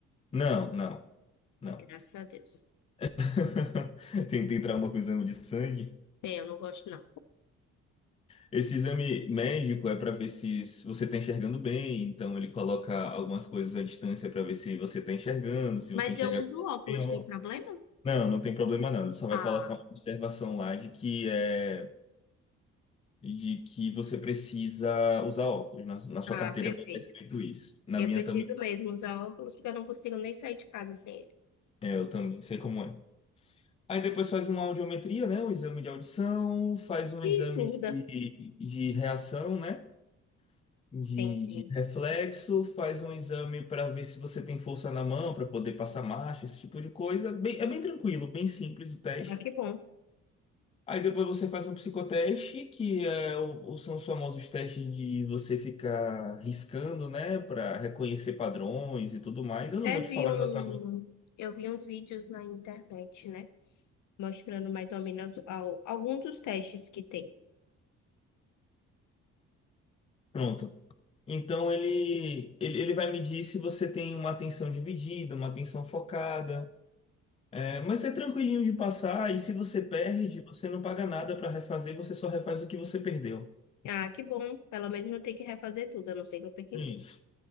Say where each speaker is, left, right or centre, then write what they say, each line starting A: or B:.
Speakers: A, on the left; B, on the left.
A: Não, não, não.
B: Ai, graças a Deus.
A: <laughs> Tem, tem trauma com o exame de sangue?
B: Tem, eu não gosto não.
A: Esse exame médico é para ver se se você está enxergando bem, então ele coloca algumas coisas à distância para ver se você está enxergando, se
B: Mas
A: você enxerga
B: eu uso
A: como
B: óculos,
A: tem óculos.
B: tem problema?
A: Não, não tem problema não. Ele só vai
B: Ah,
A: colocar uma observação lá de que é de que você precisa usar óculos. Na, na sua
B: ah,
A: carteira
B: perfeito.
A: vai estar escrito isso. Na
B: Eu
A: minha
B: preciso
A: também,
B: mesmo usar óculos porque eu não consigo nem sair de casa sem ele.
A: é, eu também sei como é. Aí depois faz uma audiometria, né? Um exame de audição, faz um
B: E
A: exame
B: surda.
A: de, de reação, né? de,
B: Entendi.
A: de reflexo, faz um exame para ver se você tem força na mão para poder passar marcha, esse tipo de coisa. Bem- é bem tranquilo, bem simples o teste.
B: Ah, que bom.
A: Aí depois você faz um psicoteste, que é, o- o- são os famosos testes de você ficar riscando, né, para reconhecer padrões e tudo mais. Eu
B: Até
A: não vou te
B: vi
A: falar
B: um...
A: exatamente.
B: Eu vi uns vídeos na internet, né? Mostrando mais ou menos al- alguns dos testes que tem.
A: Pronto. Então ele, ele, ele vai medir se você tem uma atenção dividida, uma atenção focada. É, mas é tranquilinho de passar, e se você perde, você não paga nada para refazer, você só refaz o que você perdeu.
B: Ah, que bom. Pelo menos não tem que refazer tudo, a não ser que eu perca
A: É
B: em tudo.
A: Isso.